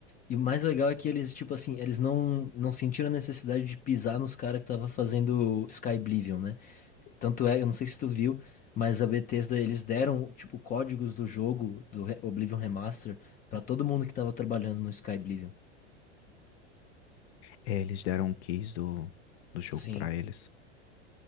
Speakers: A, on the left; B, on the left.
A: E o mais legal é que eles, tipo assim, eles não, não sentiram a necessidade de pisar nos caras que tava fazendo Sky Oblivion, né? Tanto é, eu não sei se tu viu, mas a Bethesda, eles deram, tipo, códigos do jogo, do Re- Oblivion Remaster, pra todo mundo que tava trabalhando no Sky Oblivion.
B: É, eles deram um keys do, do jogo
A: Sim.
B: pra eles.